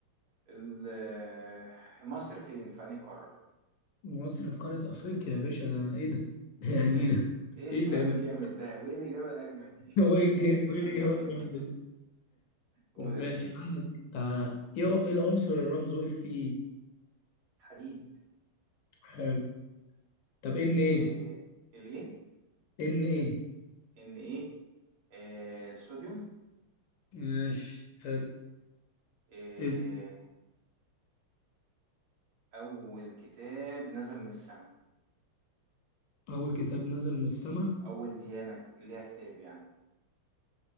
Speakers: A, on the right; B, on the left.
A: ال- آه، مصر فين في أنهي قارة
B: مصر في قارة أفريقيا يا باشا ده أنا إيه ده؟ <laughs> يعني
A: ايه ده
B: إيه ده؟
A: ايه السؤال
B: إيه ده يا باشا؟
A: الجامد ده وايه الإجابة الأجمد دي
B: <laughs> هو إيه الج-
A: <laughs>
B: هو إيه الإجابة الجامدة دي؟
A: قول
B: طب
A: يا
B: ماشي
A: باشا
B: عندك آه إيه إيه العنصر اللي رمزه إف إي؟
A: حديد
B: حلو طب إن إيه؟
A: إيه... الايه
B: إن إيه؟
A: ان ايه إيه... صوديوم
B: ماشي حلو
A: إيه...
B: إز
A: أول كتاب نزل من السماء
B: أول كتاب نزل من السما؟
A: أول ديانة ك- ليها كتاب يعني